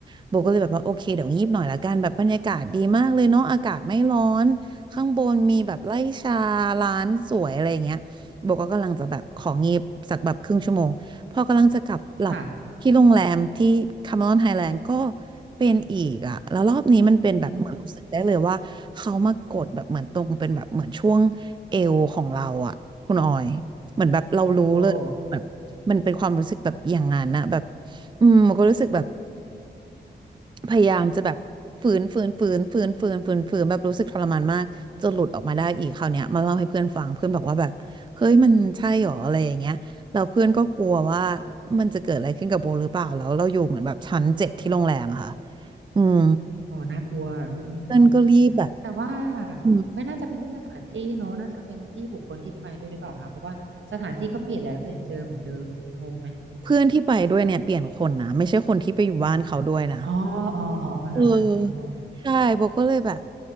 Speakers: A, on the right; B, on the right.
A: โบก็เลยแบบว่าโอเคเดี๋ยวงีบหน่อยละกันแบบบรรยากาศดีมากเลยเนาะอากาศไม่ร้อนข้างบนมีแบบไล่ชาร้านสวยอะไรอย่างเงี้ยโบก็กำลังจะแบบของีบสักแบบครึ่งชั่วโมงพอกำลังจะกลับหลับ
B: ค่ะ
A: ที่โรงแรมที่คาเมรอนไฮแลนด์ก็เป็นอีกอะแล้วรอบนี้มันเป็นแบบเหมือนรู้สึกได้เลยว่าเขามากดแบบเหมือนตรงเป็นแบบเหมือนช่วงเอวของเราอะคุณออยเหมือนแบบเรารู้เลยแบบมันเป็นความรู้สึกแบบอย่างนั้นนะแบบ
B: อืมโอ้
A: อืมมันก็รู้สึกแบบ พยายามจะแบบฝืนฝืนฝืนฝืนฝืนฝืนฝืนแบบรู้สึกทรมานมากจนหลุดออกมาได้อีกคราวเนี้ยมาเล่าให้เพื่อนฟังเพื่อนบอกว่าแบบเฮ้ยมันใช่หรออะไรอย่างเงี้ยแล้วเพื่อนก็กลัวว่ามันจะเกิดอะไรขึ้นกับโบหรือเปล่าแล้วเราอยู่เหมือนแบบชั้นเจ็ดที่โรงแรมอะค่ะอืม
B: โหน่ากลัวอืม
A: เพื่อนก็รีบแบบ
B: แต่ว่า
A: อืม
B: ไม่น่าจะเป็นที่สถานที่เนอะน่าจะเป็นที่บุคคลที่ไปด้วยหรือเปล่าคะเพราะว่าสถานที่ก็เปลี่ยนแล้วแต่ยังเจอเหมือนเดิมงงไหม
A: เพื่อนที่ไปด้วยเนี่ยเปลี่ยนคนนะไม่ใช่คนที่ไปอยู่บ้านเขาด้วยนะ
B: อ๋ออ๋ออ๋อเหรอคะอ๋อ
A: เออใช่โบก็เลยแบบ